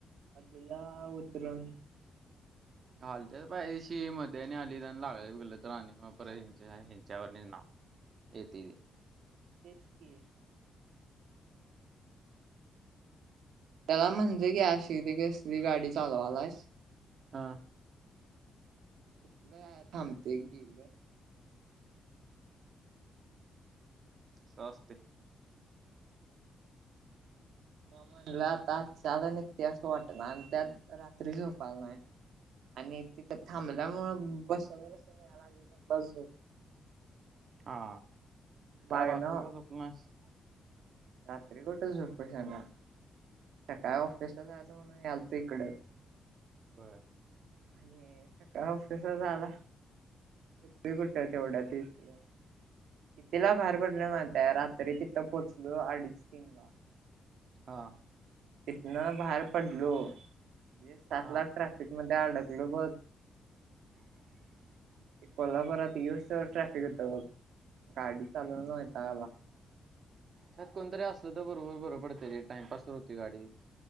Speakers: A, on the right; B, on the right.
A: दिला उतरून
B: घालत्यात पाहिशी मधे आली लागलग तर मग परत हिच्यावर नि नाव येते ती
A: तेच की त्याला म्हणजे घे कसली गाडी चालवायलाच?
B: हा
A: कुठल थांबतय गेलं
B: अस असतय
A: मग म्हणलं आता आजला निघते असं वाट ना आणि त्यात रात्री झोपायला नाही. आणि तिथं थांबल्यामुळ बसुन बसुन याय लागली मग झोप.
B: हा का
A: लागना.
B: रात्री काय झोपला नाहीस?
A: रात्री कुठं झोपु शान्या. सकाळी ऑफिसला जायचं म्हणून यालतो इकडंच
B: बर
A: आणि सकाळ ऑफीसला जायला कुठ तेवढ्या तिकडं कितीला बाहेर पडलं माहिताय रात्री तिथं पोहोचलो अडीच तीन ला
B: हा.
A: इतन बाहेर पडलोे ते सातला
B: हा
A: ट्रॅफिक मध्ये त्या अडकलो बग
B: <inaudible>
A: ते कोल्हापुरात येवुस तंवर ट्रॅफिक होत बघ, गाडी चालवुन वैताग आला.
B: त्यात कोणतरी असलं तर बरोबर बरं पडतंय रे टाइमपास तर होतोय गाडीत.